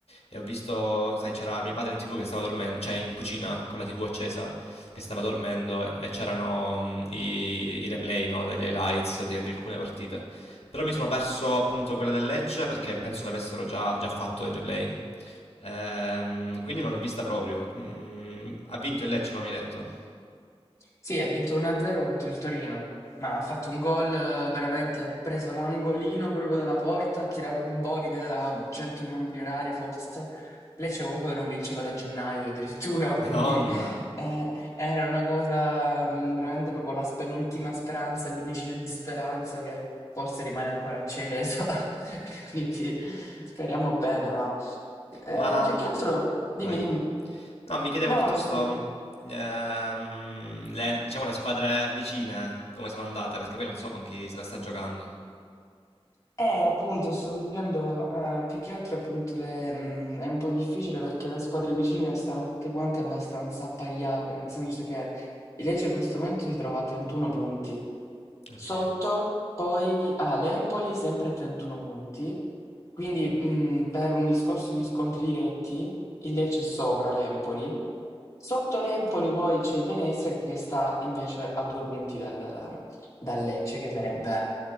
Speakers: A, on the left; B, on the left.
A: E ho visto, sai, c'era mio padre in TV che stava dormendo, cioè in cucina con la TV accesa, che stava dormendo e, e c'erano mh, i, i replay, no, degli highlights di, di alcune partite. Però mi sono perso appunto quella del Lecce perché penso l'avessero già, già fatto il replay. Ehm, quindi non l'ho vista proprio. Mm, ha vinto il Lecce, no, mi hai detto?
B: Sì, ha vinto 1-0 contro il Torino, ma ha fatto un gol eh, veramente, ha preso l'angolino proprio dalla porta, ha tirato un boride da 100 km orari forse. Lecce comunque che non vinceva da gennaio addirittura, <laughs> quindi
A: Madonna,
B: eh, era una cosa mm, veramente proprio la spe- l'ultima speranza, il lumicino di speranza che forse rimane ancora acceso. <laughs> Quindi speriamo bene, va. Eh,
A: ma,
B: più
A: mhmm,
B: che altro, dimmi,
A: vai.
B: dimmi.
A: No, mi chiedevo
B: No,
A: piuttosto,
B: stavo-
A: ehm, le diciamo le squadre vicine come sono andate, perché poi non so con chi se la sta giocando.
B: Eh, appunto, sto vivendo eh, più che altro appunto le- mh, è un po' difficile perché le squadre vicine stanno tutte quante abbastanza appaiate, nel senso che il Lecce in questo momento si trova a 31 punti.
A: Okay.
B: Sotto poi ha l'Empoli sempre a 31 punti, quindi mh, per un discorso di scontri diretti il Lecce è sopra l'Empoli. Sotto l'Empoli poi c'è il Venezia che sta invece a due punti dal Lecce che verrebbe